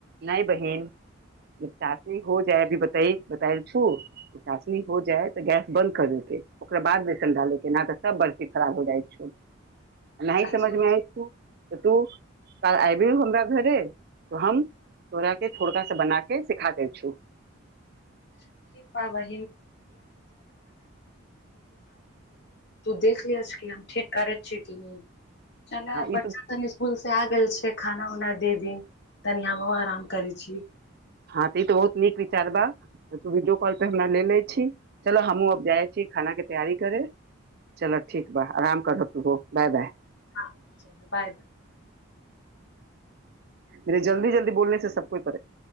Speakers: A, on the right; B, on the left.
A: नय बहिन <unintelligible> <unintelligible> <unintelligible>
B: अच्छा अच्छा
A: <unintelligible>
B: <unintelligible> तू देख लिय छिय कि हम ठीक करै छियै कि नहि चल
A: हँ ई
B: बच्चा तऽ स्कूल से आ गेल छै खाना उना दे दी। तनी हमहु आराम करे छी
A: हँ तऽ ई तऽ बहुत नीक विचार ब तऽ तू वीडियो कॉल पे हमरा ले ले छी चलो हमहुँ अब जाई छी खाना के तैयारी कर चल ठीक ब आराम कर तू बाय बाय
B: ह चल बाय बाय
A: मर जल्दी जल्दी बोल सभके कोइ पताै